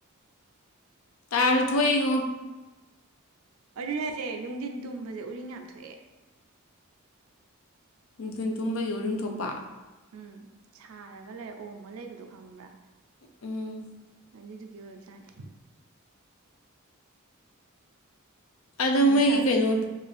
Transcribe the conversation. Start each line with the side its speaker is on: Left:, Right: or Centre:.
Left: ꯇꯥꯔꯁꯨ ꯊꯣꯛꯏꯉꯣ
Right: ꯑꯗꯨꯅꯁꯦ ꯅꯨꯡꯊꯤꯟ ꯇꯨꯝꯕꯁꯦ ꯎꯔꯤꯡ ꯌꯥꯝ ꯊꯣꯛꯑꯦ
Left: ꯅꯨꯡꯊꯜ ꯇꯨꯝꯕꯒꯤ ꯎꯔꯤꯨꯝ ꯊꯣꯛꯄ
Right: ꯎꯝ ꯁꯥꯔꯒ ꯂꯩꯔ ꯑꯣ ꯑꯃ ꯂꯩꯕꯗꯣ ꯐꯪꯕ꯭ꯔꯥ
Left: ꯎꯝ
Right: ꯑꯗꯨꯗꯨꯒꯤ ꯑꯣꯏꯕꯖꯥꯠꯅꯤ
Left: ꯑꯗ
Right: ꯅꯨꯡꯁꯥ
Left: ꯃꯣꯏꯒꯤ ꯀꯩꯅꯣꯤ